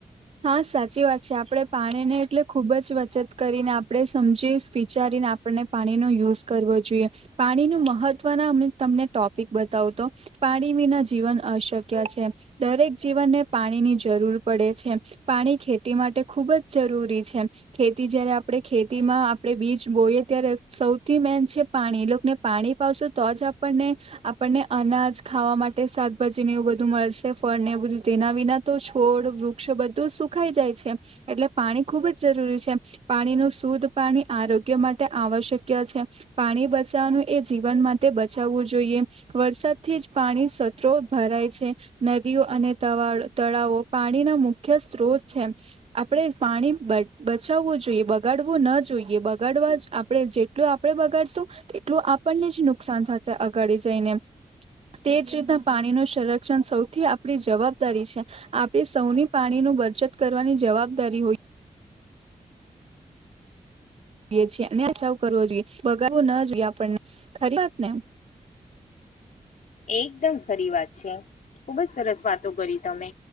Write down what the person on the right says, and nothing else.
હા સાચી વાત છે આપડે પાણીને એટલે ખુબ જ બચત કરીને આપડણે સમજ જે વિચારીને આપણને પાણીનો યુઝ કરવો જોઈએ. પાણી નું મહત્વના તમને ટો પિક બતાવ તો પાણી વિના જીવન અશક્ય છે. દરેક જીવનને પાણીની જરૂર પડે છે. પાણી ખેતી માટે ખુબ જ જરૂરી છે. ખેતી જ્યાંરે આપણે ખેતીમાં આપડે બીજ બોયે ત્યારે સૌથી મેન છે પાણી એલોકને પાણી પાવશો તો જ આપણને આપને અના જ ખાવા માટે શાકભાજી ને એવું બધું મળશે ફળ ને એવું બધું તેના વિના તો છોડ વૃક્ષ બ ધું સુખાઈ જાય છે. એટલે પાણી ખુબ જ જરૂરી છે. પાણીનું શુદ્ધ પાણી આરોગ્ય માટે આવશક છે. પાણી બચાવવાનું એ જીવન માટે બચાવવું જોઈએ. વરસાદથી પાણી સત્રો ભરાય છે. નદીઓ અને તવા તળાવો પાણીના મુ ખ્ય સ્ત્રોત છે. આપણે પાણી બ બચાવવું જોઈએ બગાડવું ન જોઈએ. બગાડવું આપણે જેટલું આપણે બગાડશું એટલું આપણને જ નુકસાન થસે અગાડી જઈને. તેજ રીતના પાણી નું સંરક્ષણ સૌથી આપણી જવાબદારી છે. આપણી સૌની પાણીનું બચત કરવાની જવાબદારી હોય છીએ અને બચાવ કરવો જોઈએ બગાડવો ના જોઈએ આપણને ખરી વાત ને